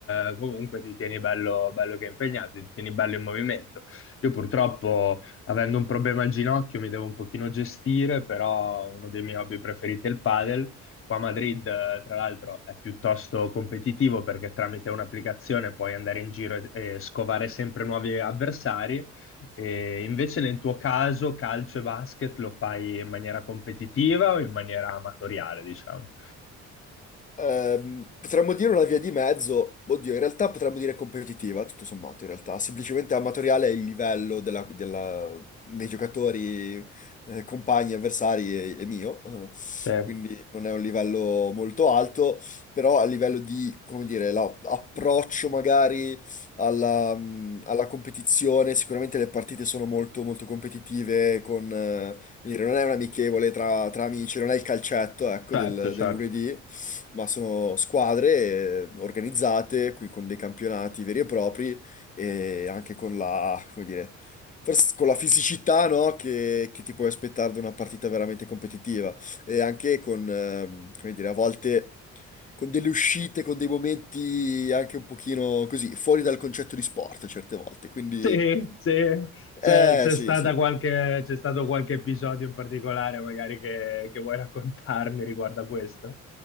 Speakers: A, on the left; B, on the left.
A: eh, comunque ti tieni bello, bello che è impegnato, ti tieni bello in movimento. Io purtroppo, avendo un problema al ginocchio, mi devo un pochino gestire, però uno dei miei hobby preferiti è il padel. Qua a Madrid, eh, tra l'altro, è piuttosto competitivo perché tramite un'applicazione puoi andare in giro e, e scovare sempre nuovi avversari. E invece nel tuo caso, calcio e basket lo fai in maniera competitiva o in maniera amatoriale, diciamo?
B: Ehm, potremmo dire una via di mezzo, oddio, in realtà potremmo dire competitiva, tutto sommato, in realtà, semplicemente amatoriale è il livello della- della- dei giocatori, eh, compagni, avversari e, e mio, eh,
A: Sì.
B: quindi non è un livello molto alto, però a livello di, come dire, la- approccio magari alla, mh, alla competizione, sicuramente le partite sono molto, molto competitive, con, eh, quindi non è un amichevole tra, tra amici, non è il calcetto, ecco,
A: Certo,
B: del
A: certo.
B: del lunedì ma sono squadre eh, organizzate, qui con dei campionati veri e propri e anche con la, come dire, forse con la fisicità, no, che, che ti puoi aspettare da una partita veramente competitiva e anche con, ehm, come dire, a volte... Con delle uscite, con dei momenti anche un pochino così, fuori dal concetto di sport certe volte, quindi
A: Sì, sì. C'è
B: eh,
A: c'è
B: eh, sì,
A: stata
B: sì.
A: qualche, c'è stato qualche episodio in particolare magari che, che vuoi raccontarmi riguardo a questo?